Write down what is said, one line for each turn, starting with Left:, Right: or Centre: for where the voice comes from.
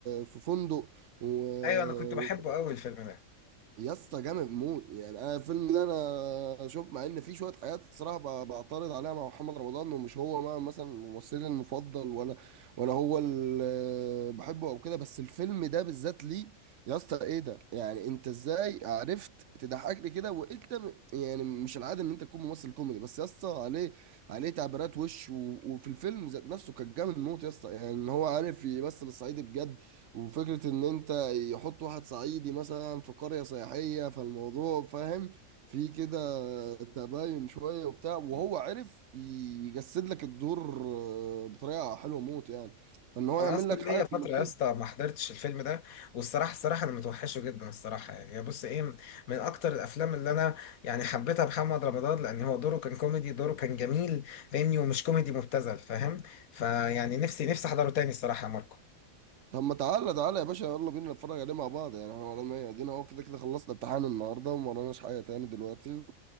Right: في فندق و-
Left: ايوه انا كنت بحبه قوي الفيلم ده
Right: يا اسطى جامد موت يعني انا الفيلم ده انا شوف مع ان في شويه حاجات الصراحه ب- بعترض عليها مع محمد رمضان انه مش هو ما مثلا ممثلي المفضل ولا ولا هو اللي بحبه او كده بس الفيلم ده بالذات ليه يا اسطى ايه ده يعني انت ازاي عرفت تضحكني كده وانت م- يعني مش العاده ان انت تكون ممثل كوميدي بس يا اسطى عليه عليه تعبيرات وش و... وفي الفيلم ذات نفسه كان جامد موت يا اسطى يعني ان هو عارف يمثل الصعيدي بجد وفكرة إن أنت يحط واحد صعيدي مثلا في قرية سياحية فالموضوع فاهم في كده تباين شوية وبتاع وهو عرف يجسد لك الدور آه، بطريقة حلوة موت يعني فإن هو
Left: انا
Right: يعمل
Left: اصلا
Right: لك
Left: ليا
Right: حاجة كوميدية
Left: فتره يا اسطى ما حضرتش الفيلم ده والصراحه الصراحه انا متوحشه جدا الصراحه يعني يا بص ايه من اكتر الافلام اللي انا يعني حبيتها محمد رمضان لان هو دوره كان كوميدي دوره كان جميل فاهمني ومش كوميدي مبتذل فاهم فيعني نفسي نفسي احضره تاني الصراحه يا ماركو
Right: طب ما تعالى تعالى يا باشا يلا بينا نتفرج عليه مع بعض يعني احنا ورانا ايه ادينا اهو كده كده خلصنا امتحان النهارده وما وراناش حاجه تاني دلوقتي